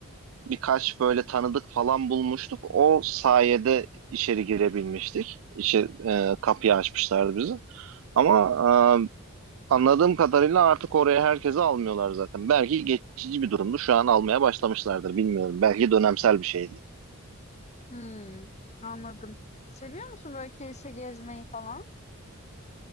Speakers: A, on the right; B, on the left.
A: birkaç böyle tanıdık falan bulmuştuk. O sayede içeri girebilmiştik. İçeri, e, kapıyı açmışlardı bizi. Ama e, Anladığım kadarıyla artık oraya herkesi almıyorlar zaten. Belki geçici bir durumdu. Şu an almaya başlamışlardır. Bilmiyorum. Belki dönemsel bir şeydi.
B: Hımm, anladım. Seviyor musun böyle kilise gezmeyi falan?